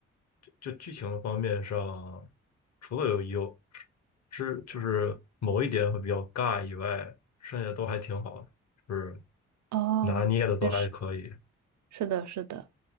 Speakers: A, on the left; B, on the right.
A: 就剧情方面上，除了有有是就是某一点会比较尬以外，剩下都还挺好的，就是
B: 哦，
A: 拿捏的都还可以，
B: 确实是的，是的。